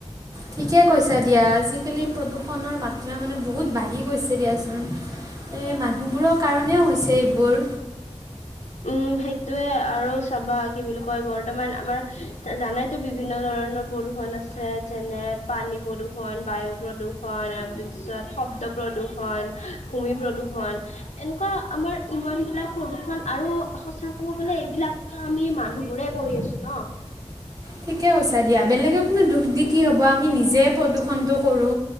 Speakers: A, on the right; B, on the left.
A: ঠিকে কৈছা দিয়া আজিকালি প্ৰদূষণৰ মাত্ৰা মানে বহুত বাঢ়ি গৈছে দিয়াচোন।
B: <unintelligible>
A: এই মানুহবোৰৰ কাৰণেও হৈছে এইবোৰ
B: উম সেইটোয়ে আৰু চাবা কি বুলি কয় বৰ্তমান আমাৰ জানাইটো বিভিন্ন ধৰণৰ প্ৰদূষণ আছে যেনে পানী প্ৰদূৰণ, বায়ু প্ৰদূৰষণ তাৰপিছত শব্দ প্ৰদূষণ, ভূমি প্ৰদূষণ এনেকুৱা আমাৰ ইমান বিলাক প্ৰদূষণ আৰু সঁচা ক'ব গলে এইবিলাকত আমি মানুহবোৰে কৰি আছো ন।
A: ঠিকে কৈছা দিয়া, বেলেগে কোনো দুখ দি কি হ'ব আমি নিজে প্ৰদূষনটো কৰো।